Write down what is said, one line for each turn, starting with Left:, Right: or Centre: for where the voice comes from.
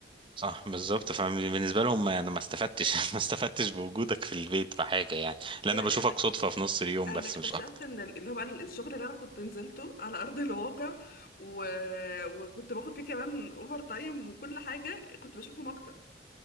Right: صح بالظبط فبالنسبه لهم ما- انا ما استفدتش <laughs> ما استفدتش بوجودك في البيت في حاجه يعني لان
Left: ايوه
Right: انا
Left: يعني
Right: بشوفك
Left: انا
Right: صدفه في نص اليوم
Left: انا
Right: بس
Left: اكتشفت
Right: مش اكتر
Left: ان ال- اللي هو بقى الشغل اللي انا كنت نزلته على ارض <laughs> الواقع و... وكنت باخد فيه كمان اوفر تايم وكل حاجه كنت بشوفهم اكتر